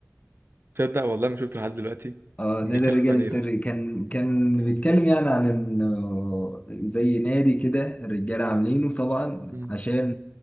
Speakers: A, on the right; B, on the left.
A: تصدق والله ما شفته لحد دلوقتي
B: اه
A: بيتكلم
B: نادي الرجال
A: عن
B: السري
A: ايه ده
B: كان كان بيتكلم يعني عن انه زي نادي كده الرجاله عاملينه طبعا
A: مم.
B: عشان